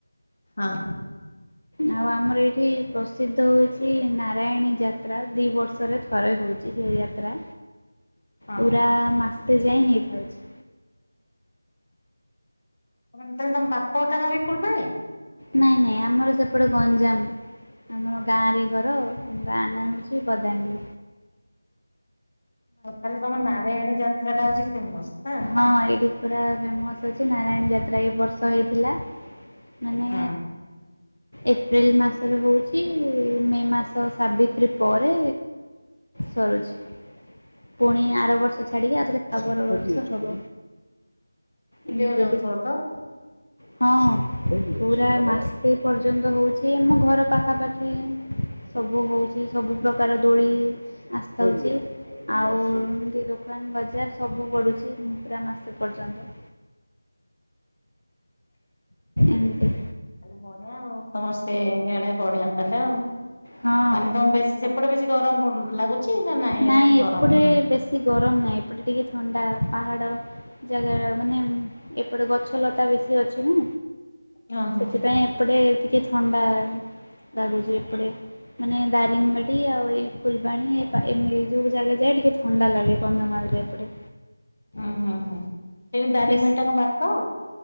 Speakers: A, on the left; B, on the left.
A: ହଁ।
B: ଆଉ ଆମର ଏଇଠି ପ୍ରସିଦ୍ଧ ହଉଛି ନାରାୟଣୀ ଯାତ୍ରା ଦି ବର୍ଷରେ ଥରେ ହେଉଛି। ଯାତ୍ରା
A: ହଁ
B: ପୁରା ମାସେ ଯାଏ ହେଇଥାଉଛି।
A: ତାହେଲେ ତମ ବାପ ଘର ଟା କଣ ଇ ପୂର୍ବେ?
B: ନାଇଁ ନାଇଁ ଆମର ସେପଟେ ଗଞ୍ଜାମ ଆମର ଗାଁରେ ଘର ଆ ଗା ନା ହେଉଛି ବଦାମୀ।
A: ହଁ ତାହେଲେ ତମ ନାରୟଣୀ ଯାତ୍ରା ଟା ହଉଛି ଫେମସ ନା
B: ହଁ ପୁରା ଫେମସ୍। ଜୀ ନାରାୟଣ ଯାତ୍ରା ଏ ବର୍ଷ ହେଇଥିଲା ମାନେ
A: ହଁ
B: ଏପ୍ରିଲ ମାସରେ ହଉଛି ମେ ମାସ ସାବିତ୍ରୀ ପରେ ସରୁଛି ପୁଣି ଆର ବର୍ଷ ଛାଡିକି ଆଉଥରେ ତା ପର ବର୍ଷ ହବ।
A: ବୁଲି
B: ଏମିତି
A: ବାକୁ ଯାଉଥିବା ତ?
B: ହଁ ପୁରା ମାସେ ପର୍ଯ୍ୟନ୍ତ ହଉଛି ଆମ ଘର ପାଖାପାଖି ସବୁ ହଉଛି ସବୁ ପ୍ରକାର ଦୋଳି ଆସିଥାଉଛି ଆଉ ଏମତି ଦେଖ ଦୋକାନ ବଜାର ସବୁ ପଡ଼ୁଛି ପୁରା ମାସେ ପର୍ଯ୍ୟନ୍ତ। ଏମିତି
A: ବଢିଆ ଆଉ ସମସ୍ତେ ଇଡେ ବଢିଆ ହେଲୋ ଆଉ
B: ହଁ
A: ତମ ସେପଟେ ବେଶୀ ସେପଟେ ବେଶୀ ଗରମ ଲାଗୁଛି? ନା
B: ନାଇଁ
A: ଏତେ
B: ଏପଟେ
A: ଗରମ?
B: ବେଶୀ ଗରମ ନାହିଁ ଏପଟେ ଟିକେ ଥଣ୍ଡା ପାହାଡ ଜାଗା ମାନେ ଏପଟେ ଗଛ ଲତା ବେଶୀ ଅଛି ନା
A: ହଁ ହଁ
B: ସେଥିପାଇଁ
A: ହଁ।
B: ଏପଟେ ଟିକେ ଥଣ୍ଡା ଲାଗୁଛି ଏପଟେ ମାନେ ଦାରିଙ୍ଗବାଡ଼ି ଆଉ ଏଇ ଫୁଲବାଣୀ ଏମିତି ଯୋଉ ଜାଗା ଯାଏ ଟିକେ ଥଣ୍ଡା ଲାଗେ କନ୍ଧମାାର ଏପଟେ।
A: ଉଁ ହୁଁ ହୁଁ ସେଇଠି ଦାରିଙ୍ଗ
B: ବେଶ
A: ବାଡ଼ି ଟା କଣ ପାଖ?